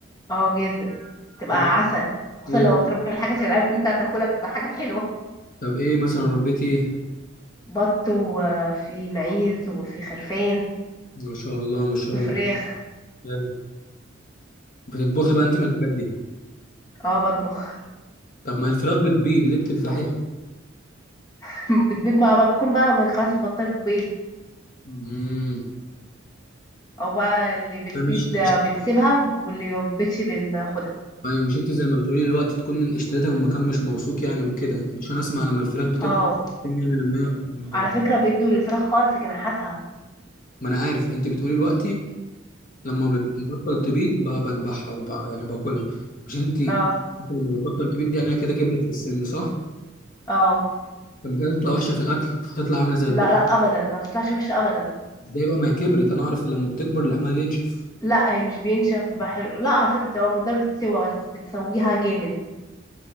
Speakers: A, on the left; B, on the left.
A: اه جدا تبقى
B: ايه
A: عسل خصوصا
B: إيه؟
A: لو متربي الحاجة عشان عارف ان انت هتاكلها بتبقى حاجة حلوة
B: طب ايه مثلا ربيتي ايه
A: بط وفي معيز وفي خرفان
B: ما شاء الله ما شاء
A: وفراخ
B: الله حلو. بتطبخي بقى انت من الحاجات دي
A: اه بطبخ
B: طب ما الفراخ بتبيض ليه بتذبحيها
A: <laughs> بتبيض بقى, بقى بتكون بقى خلاص بطلت بيض
B: امم
A: او بقى اللي بتبيض
B: ده مش مش-
A: بنسيبها واللي ما بتبيضش بناخدها
B: ايوه مش انت زي ما بتقولي دلوقتي تكون اشتريتها من مكان مش موثوق يعني وكده مش انا اسمع لما الفراخ بتكبر
A: اه
B: يعني لما هي ب-
A: على فكرة بيدوا للفراخ خالص في جناحاتها
B: ما انا عارف انت بتقولي دلوقتي لما بتبطل تبيض ب- بذبحها وب- يعني باكلها مش انت انت
A: اه
B: لما بتبطل تبيض دي يعني هي كده كبرت في السن صح؟
A: اه
B: لما كانت تطلع وحشه في الاكل فتطلع عامله زي البقر
A: لا لا ابدا ما تطلعش وحشه ابدا
B: ازاي بقى ما هي كبرت انا اعرف لما بتكبر لحمها بينشف
A: لا هي مش بينشف بيبقى حلو لا على فكره تبقى من درجه سوا بس بتسويها جامد